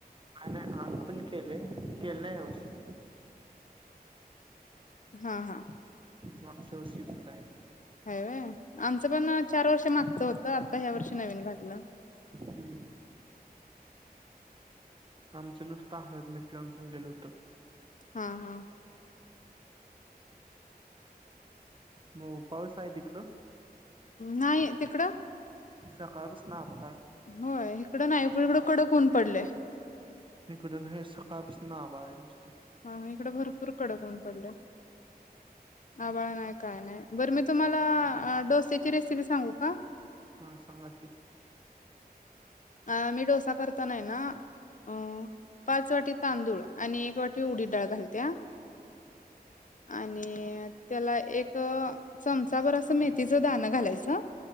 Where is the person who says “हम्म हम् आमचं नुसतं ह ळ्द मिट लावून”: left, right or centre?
Right